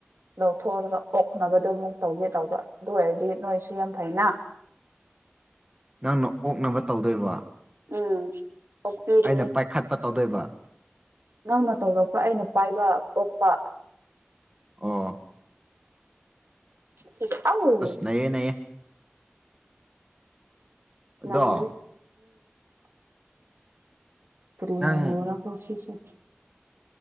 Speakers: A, on the right; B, on the right.
A: ꯂꯧꯊꯣꯛꯔꯒ ꯑꯣꯛꯅꯕꯗꯣ ꯑꯃꯨꯛ ꯇꯧꯒꯦ ꯇꯧꯕ ꯑꯗꯨ ꯑꯣꯏꯔꯗꯤ ꯅꯣꯏꯁꯨ ꯌꯥꯝ ꯐꯩꯅ
B: ꯅꯪꯅ ꯑꯣꯛꯅꯕ ꯇꯧꯗꯣꯏꯕ
A: ꯎꯝ ꯑꯣꯛꯄꯤꯒꯦ
B: ꯑꯩꯅ ꯄꯥꯏꯈꯠꯄ ꯇꯧꯗꯣꯏꯕ
A: ꯅꯪꯅ ꯇꯧꯔꯛꯄ ꯑꯩꯅ ꯄꯥꯏꯕ ꯑꯣꯛꯄ
B: ꯑꯣ
A: <unintelligible>
B: ꯑꯁ ꯅꯩꯌꯦ ꯅꯩꯌꯦ
A: ꯂꯩꯕꯅꯤ
B: ꯑꯗꯣ
A: ꯀ꯭ꯔꯤ
B: ꯅꯪ
A: ꯃꯦꯃꯣꯔꯥ ꯀꯣ ꯁꯤꯁꯦ